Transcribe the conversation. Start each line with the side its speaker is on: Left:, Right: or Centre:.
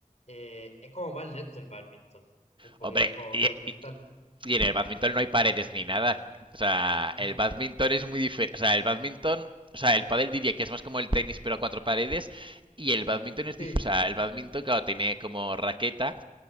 Left: eh, es como más lento el bádminton. Un poquito,
Right: Hombre,
Left: es como
Right: y,
Left: no, no
Right: y-
Left: es tan.
Right: y en el badminton no hay paredes ni nada. O sea,
Left: <laughs>
Right: el badminton es muy diferente. O sea, el badminton. O sea, el pádel diría que es más como el tenis, pero a cuatro paredes. Y el badminton es diferente.
Left: Sí,
Right: O sea, el badminton, claro, tiene como raqueta.